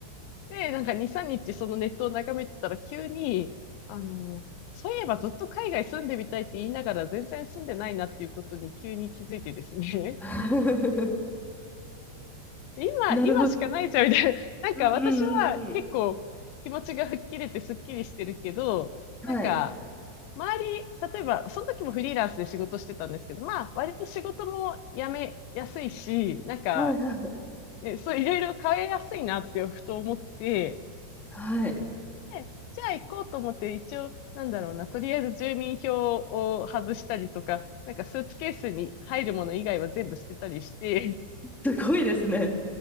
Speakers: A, on the left; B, in the centre.
A: で、なんか2、3日そのネットを眺めてたら急に、あの、そういえばずっと海外住んでみたいって言いながら全然住んでないなっていうことに急に気づいてですね。
B: <laughs>
A: 今、
B: なるほど。
A: 今しかないじゃん、みたいな。<laughs> なんか私は結構気持ちが吹っ切れてすっきりしてるけど、
B: うんうんうんうん。はい。
A: なんか、周り、例えば、その時もフリーランスで仕事してたんですけど、まあ、割と仕事も辞めやすいし、なんか、
B: はいはい。
A: ね、そう、いろいろ変えやすいなってふと思って、
B: はい。
A: でじゃあ行こうと思って、一応、なんだろうな、とりあえず住民票を外したりとか、なんかスーツケースに入るもの以外は全部捨てたりして、
B: すごいですね。